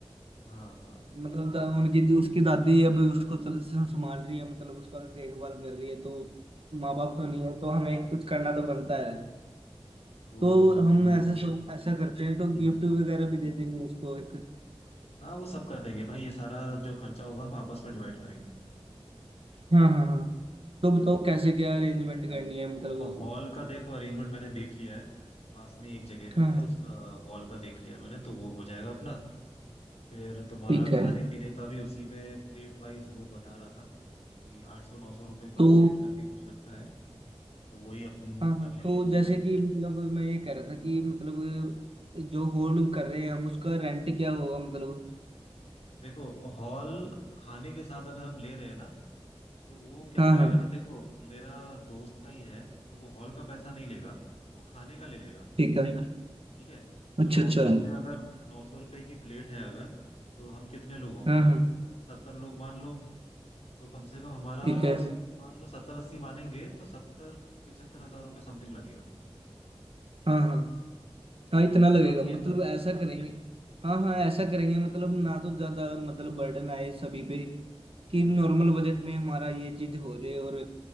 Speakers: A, on the left; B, on the right.
A: हाँ हाँ
B: मतलब दा- उनकी उसकी दादी अब उसको चल संभाल रही है मतलब उसका देखभाल कर रही है तो माँ बाप तो नहीं है तो हमें कुछ करना तो बनता है
A: तो
B: तो
A: अपन-
B: हम ऐसा सो- ऐसा करते हैं तो
A: हम्म,
B: गिफ्ट
A: हम्म।
B: वगैरह भी दे देंगे उसको एक
A: हाँ वो सब कर देंगे भाई ये सारा जो खर्चा होगा हम आपस में डिवाइड करेंगे
B: हाँ हाँ हाँ तो बताओ कैसे क्या अरेंजमेंट करनी है
A: तो
B: मतलब
A: हॉल का देखो अरेंजमेंट मैंने देख लिया है पास में एक जगह पे
B: हाँ
A: है
B: हाँ
A: उसका हॉल का देख लिया मैंने तो वो हो जाएगा अपना फिर तुम्हारा
B: ठीक
A: खाने
B: है
A: पीने का भी उसी में प्लेट वाइज वो बता रहा था कि आठ सौ नौ सौ रुपये पर
B: तो
A: प्लेट करके कुछ लगता है तो वही अपन
B: हाँ
A: कर
B: हाँ
A: लेंगे
B: तो जैसे कि मतलब मैं ये कह रहा था कि मतलब जो होल्ड कर रहे हैं हम उसका रेंट क्या होगा मतलब
A: देखो हॉल खाने के साथ अगर हम ले रहे हैं ना तो वो क्या
B: हाँ
A: करेगा
B: हाँ
A: ना देखो मेरा दोस्त का ही है तो वो हॉल का पैसा नहीं लेगा वो खाने का ले लेगा
B: ठीक है
A: ठीक है तो
B: अच्छा
A: नौ
B: अच्छा
A: सौ रुपये अगर नौ सौ रुपये की प्लेट है अगर तो हम कितने लोग होंगे
B: हाँ हाँ
A: मतलब सत्तर लोग मान लो तो कम से कम हमारा
B: ठीक है
A: मान लो सत्तर अस्सी मानेंगे तो सत्तर 75000 हजार रुपये समथिंग लगेगा
B: हाँ हाँ हाँ
A: तो
B: इतना
A: इतना
B: लगेगा
A: काफी
B: मतलब
A: है ना
B: ऐसा करेंगे हाँ
A: हम्म,
B: हाँ ऐसा करेंगे मतलब ना तो ज्यादा मतलब बर्डन आए सभी पे कि
A: हाँ
B: नॉर्मल बजट में हमारा ये चीज हो जाए और